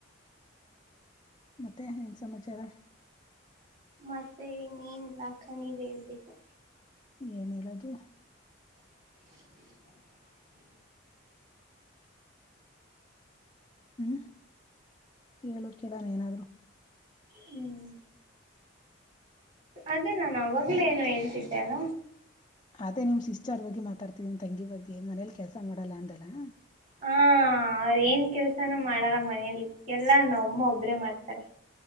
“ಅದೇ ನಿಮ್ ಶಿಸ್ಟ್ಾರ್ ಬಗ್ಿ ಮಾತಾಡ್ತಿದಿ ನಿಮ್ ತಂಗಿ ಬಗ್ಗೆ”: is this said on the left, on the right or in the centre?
Left